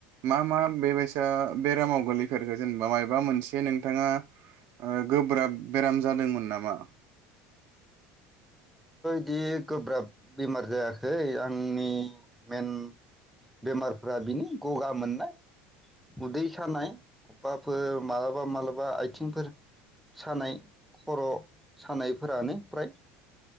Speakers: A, on the right; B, in the centre.
A: मा मा बेबायसा बेरामाव गोलैफेरखो जेनेबा मायबा मोनसे नोंथाङा। गोब्राब बेराम जादोंमोन नामा।
B: बिदि गोब्राब बेमार जायाखै आंनि मेन बेमारफ्रा बेनि गगा मोननाय। उदै सानाय अबावबाफोर मालाबा मालाबा आथिंफोर सानाय खर सानायफोरानो प्राय।